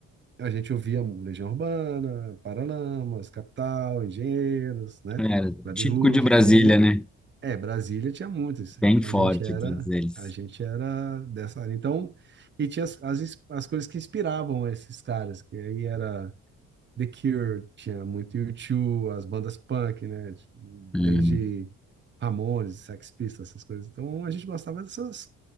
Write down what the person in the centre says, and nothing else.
É,
típico
de Brasília,
né?
Bem
forte,
todos eles.
Uhum.